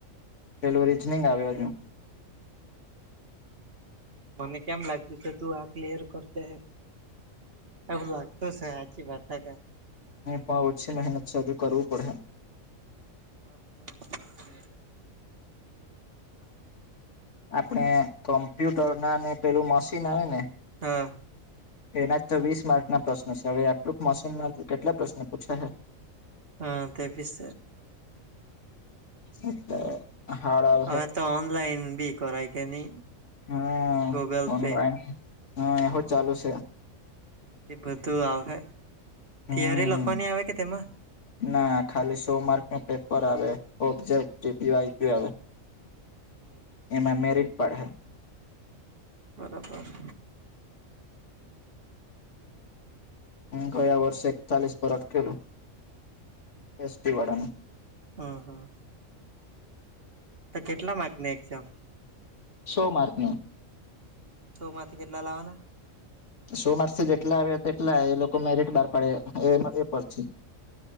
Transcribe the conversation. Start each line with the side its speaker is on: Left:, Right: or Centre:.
Left: પેલું રીઝનિંગ આવે હજુ.
Right: મને કેમ લાગ્યો કે તું આ ક્લિયર કર દે? એ બધું લાગતો છે હજી બત કાઈ.
Left: પણ ઓછી મહેનત છે હજુ કરવું પડે.
Right: હ કોક <inaudible>
Left: આપણે કોમ્પ્યુટર ના ને પેલું મશીન આવે ને?
Right: હા
Left: એના જ તો વીસ માર્ક ના પ્રશ્ન છે હવે આટલુંક મશીનમાંથી કેટલા પ્રશ્નો પૂછાહે?
Right: હા તે પીસ
Left: મતલબ હાડા
Right: હા તો ઓનલાઈન બી કરાય કે ની?
Left: હમ
Right: ગૂગલ
Left: ઓનલાઈન
Right: પે
Left: એહો ચાલુ છે.
Right: એ બધું આવહે
Left: હમ
Right: થિયરી લખવાની આવે કે તેમાં?
Left: ના ખાલી સો માર્ક નુ પેપર આવે ઓબજેક્ટી <inaudible>
Right: હમ હમ
Left: એમાં મેરિટ પડે.
Right: બરાબર!
Left: ગયા વર્ષે એકતાલીસ પરત કે અટકેલુ એસટી વાળાનું.
Right: હા હા તો કેટલા માર્ક ની એક્ઝામ?
Left: શો માર્ક ની
Right: સો માંથી કેટલા લાવવાના?
Left: સો માર્સ થી જેટલા આવે તેટલા એ લોકો મેરિટ બહાર પાડે એ પરથી